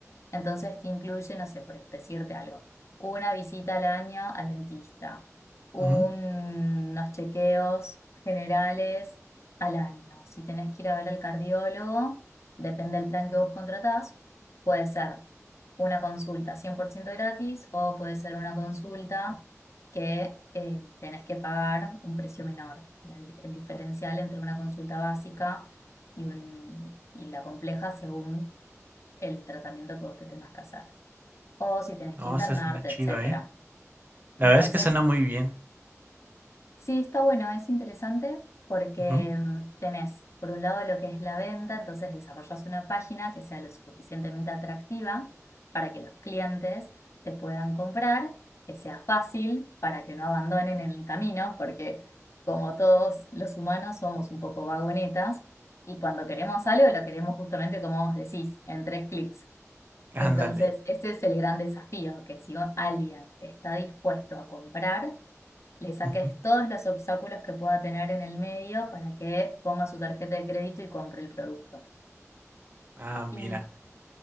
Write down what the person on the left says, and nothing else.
Entonces te incluye, no sé, por decirte algo, una visita al año al dentista, un-
unos chequeos generales al año. Si tenés que ir a ver al cardiólogo, depende del plan que vos contratás, puede ser una consulta 100% gratis o puede ser una consulta que eh, tenés que pagar un precio menor. La di- el diferencial entre una consulta básica y, un, y la compleja según el tratamiento que vos te tengas que hacer. O si tenés
que internarte,
etcétera.
Entonces,
Sí, está bueno, es interesante porque
mm, tenés, por un lado, lo que es la venta, entonces desarrollas una página que sea lo suficientemente atractiva para que los clientes te puedan comprar, que sea fácil para que no abandonen en el camino, porque como todos los humanos somos un poco vagonetas y cuando queremos algo lo queremos justamente como vos decís, en tres clics.
Entonces, ese es el gran desafío, que si alguien está dispuesto a comprar, le saques
todos los obstáculos que pueda tener en el medio para que ponga su tarjeta de crédito y compre el producto.
Y,